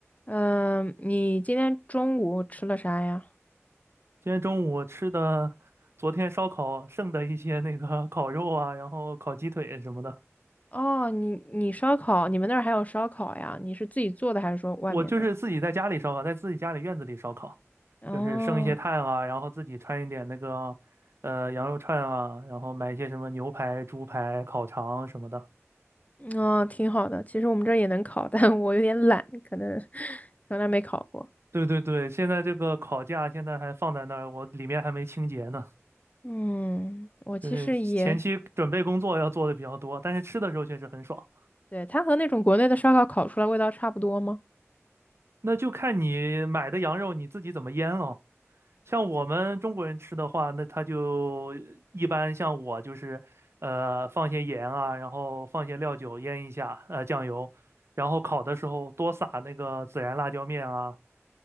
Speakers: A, on the left; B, on the right.
A: 嗯，你今天中午吃了啥呀？
B: 今天中午吃的昨天烧烤剩的一些那个 <laughs> 烤肉啊，然后烤鸡腿什么的，
A: 哦，你你烧烤，你们那儿还有烧烤呀？你是自己做的还是说外面的？
B: 我就是自己在家里烧烤，在自己家里院子里烧烤，
A: 哦，
B: 就是剩一些炭啊，然后自己穿一点那个呃羊肉串啊，然后买一些什么牛排、猪排、烤肠什么的。
A: 哦，挺好的。其实我们这儿也能烤，但我有点懒，可能从来没烤过。
B: 对对对，现在这个烤架现在还放在那儿，我里面还没清洁呢，
A: 嗯，我其实也，
B: 就是前期准备工作要做的比较多，但是吃的时候确实很爽。
A: 对，它和那种国内的烧烤烤出来味道差不多吗？
B: 那就看你买的羊肉你自己怎么腌了。像我们中国人吃的话，那他就一般像我就是，呃，放些盐啊，然后放些料酒腌一下，呃，酱油，然后烤的时候多撒那个孜然辣椒面啊，